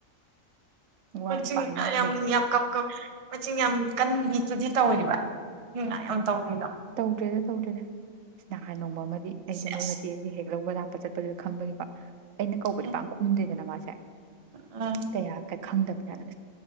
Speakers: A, on the right (about 75°); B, on the right (about 50°).
A: ꯋ꯭ꯗꯤ
B: ꯃꯆꯤꯡ
A: ꯄꯥꯛ ꯉꯥꯡ
B: ꯌꯥꯝ ꯌꯥꯝ ꯀꯞ ꯀꯆ ꯃꯆꯤꯡ ꯌꯥꯝ ꯀꯟꯕꯤ ꯑꯗꯨꯗꯤ ꯇꯧꯔꯤꯕ ꯑꯗꯨꯅ ꯌꯥꯝ ꯇꯧꯕꯗ
A: ꯇꯧꯗ꯭ꯔꯦꯗ ꯇꯧꯗ꯭ꯔꯦꯗ ꯅꯍꯥꯟ ꯅꯣꯡꯕ ꯑꯃꯗꯤ
B: ꯁꯦꯁ
A: ꯑꯩꯗꯣ ꯃꯣꯏ ꯃꯆꯦꯁ ꯍꯦꯛ ꯂꯧꯕꯒꯗ ꯆꯠꯄ ꯆꯠꯄꯗꯨꯗ ꯈꯪꯕꯒꯤꯀꯣ ꯑꯩꯅ ꯀꯧꯕꯗꯤ
B: ꯎꯝ
A: ꯄꯥꯛ ꯈꯨꯝꯗꯦꯗꯅ ꯃꯥꯁꯦ ꯆ
B: ꯎꯝ
A: ꯇꯌꯥ ꯀ ꯈꯪꯗꯅꯤꯅ ꯑꯗꯨ